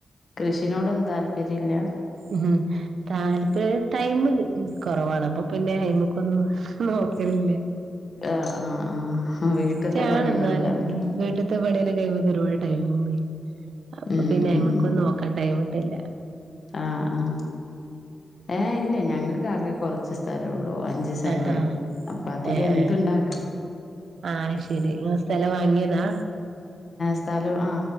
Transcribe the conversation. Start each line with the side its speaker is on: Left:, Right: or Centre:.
Left: കൃഷിനോടൊന്നും താല്പര്യം ഇല്ല?
Right: ഉം താല്പ്പര്യ ടൈം കുറവാണ്. അപ്പൊ പിന്നെ ഐമക്കൊന്ന് നോക്കിന്നുല്ല
Left: ആഹ് ആഹ് ആഹ് വീട്ട്ത്തെ
Right: ഇഷ്ടാണെന്നാലും
Left: പണിയെന്നെ ഇണ്ടാവൂലേ
Right: വീട്ടത്തെ പണിയനെ കഴിയ്പ ഒരുപാട് ടൈം പോയി. അപ്പൊ
Left: ഉം
Right: പിന്നെ
Left: ഉം
Right: ഐമേക്ക് നോക്കാൻ ടൈംട്ടെ ല്ല
Left: ആഹ് ആ ഏ ഇല്ല ഞങ്ങൾക്ക് ആകെ കുറച്ച് സ്ഥലംള്ളൂ അഞ്ച് സെന്റ്
Right: ആഹ് ആഹ്
Left: അപ്പൊ അതിൽ
Right: ഏഹ്
Left: എന്ത്
Right: ഏഹ്
Left: ണ്ടാ
Right: ആഹ് ശെരി. ഇങ്ങൾ സ്ഥലം വാങ്ങിയതാ
Left: സ്ഥലം ആ